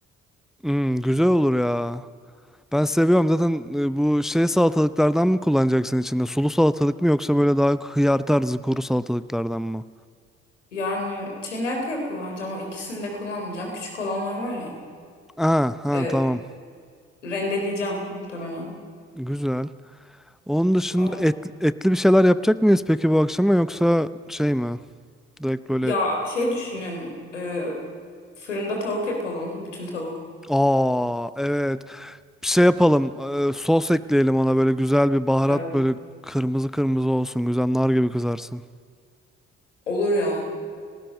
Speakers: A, in the centre; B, on the left.
A: Hmm, güzel olur ya. Ben seviyorum zaten e, bu şey salatalıklardan mı kullanacaksın içinde? Sulu salatalık mı yoksa böyle daha hıyar tarzı kuru salatalıklardan mı?
B: Yani Çengelköy kullanacağım ama ikisini de kullanmayacağım. Küçük olanlar var ya.
A: Aa, ha
B: e,
A: tamam.
B: rendeleyeceğim muhtemelen.
A: Güzel. Onun dışında
B: Öyle.
A: et, etli bir şeyler yapacak mıyız peki bu akşama yoksa şey mi? Direkt böyle
B: Ya şey düşünüyorum. e, fırında tavuk yapalım. Bütün tavuk.
A: aa evet bir şey yapalım. e, sos ekleyelim ona böyle güzel bir baharat
B: Evet.
A: böyle kırmızı kırmızı olsun. Güzel nar gibi kızarsın.
B: Olur ya.